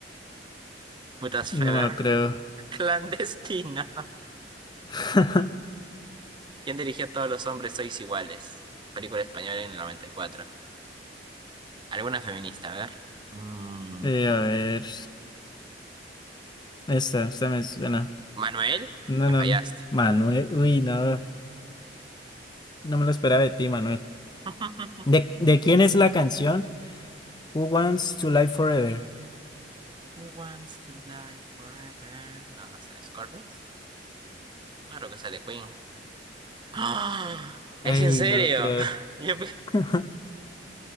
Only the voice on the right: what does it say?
Putas Feber.
<laughs> Clandestina.
¿Quién dirigió Todos los hombres sois iguales? Película española en el noventa y cuatro ¿Alguna feminista? A ver. Mm,
Manuel,
me
fallaste.
<laughs>
Who wants to live forever? No lo sé. ¿Scorpions? No creo que sea de Queen. <gasps> ¡Ah!
¿Es en serio?
<laughs> Yo pe-